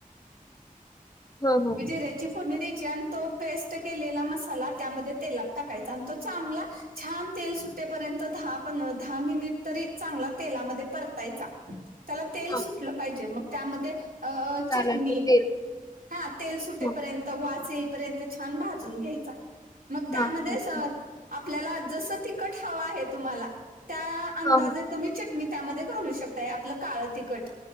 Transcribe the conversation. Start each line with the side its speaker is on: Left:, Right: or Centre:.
Left: हां, हां,
Right: जिर्‍याची फोडणी द्यायची तो पेस्ट केलेला मसाला त्यामध्ये तेलात टाकायचा आणि तो चांगला. छान तेल सुट्टेपर्यंत दहा प दहा मिनिट तरी चांगला. तेलामध्ये परतायचा त्याला तेल
Left: हां.
Right: सुटलं पाहिजे. मग त्यामध्ये अ
Left: मसाल्याचं
Right: चटणी
Left: तेल.
Right: हा तेल सुटेपर्यंत
Left: हां,
Right: वाच येईपर्यंत छान भाजून घ्यायचा मग त्यामध्येच
Left: हां. अच्छा.
Right: आपल्याला जसं तिखट हवं आहे. तुम्हाला त्या अंदाज
Left: हां, हां.
Right: तुम्ही चटणी त्यामध्ये घालू शकताय आपलं काळं तिखट